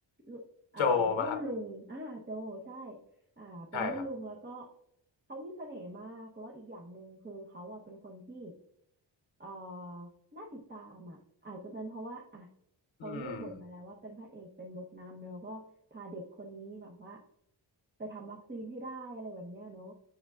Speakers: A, on the right; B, on the left.
A: รุ่นอ่ารุ่นลุงอ่าโจใช่
B: โจป่ะครับ
A: อ่าเป็นรุ่นลุงแล้วก็
B: ใช่ครับ
A: เขามีเสน่ห์มากแล้วอีกอย่างหนึ่งคือเขาอ่ะเป็นคนที่เอ่อน่าติดตามอ่ะอาจจะเป็นเพราะว่าอ่ะเขาเลือกบทมาแล้วว่าเป็นพระเอกเป็นบทนำแล้วก็พาเด็กคนนี้แบบว่า
B: อืม
A: ไปทำวัคซีนให้ได้อะไรแบบเนี้ยเนอะ